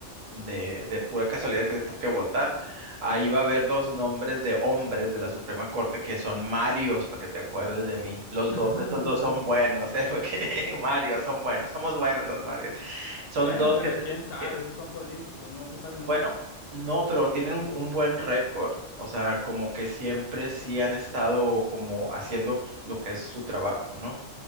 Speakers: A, on the right (about 85°); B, on the left (about 65°).
A: De, de pura casualidad que te toque votar, Ahí va a haber dos nombres de hombres de la Suprema Corte que son Marios, para que te acuerdes de mí. Los
B: <laughs>
A: dos, estos dos
B: Lo-
A: son buenos, ¿eh? <laughs> Porque Marios son buenos, somos buenos los Marios. Son
B: Bueno,
A: dos
B: pero
A: que, se-
B: quién sabe,
A: que-
B: esos son políticos, no se sabe nunca.
A: bueno, no, pero tienen un un buen récord. O sea, como que siempre sí han estado como haciendo lo que es su trabajo, ¿no?